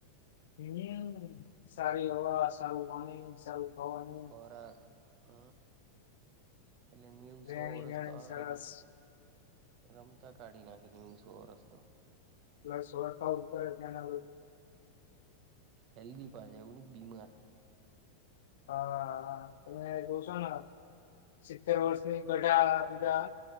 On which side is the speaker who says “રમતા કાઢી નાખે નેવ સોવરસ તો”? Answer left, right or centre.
Right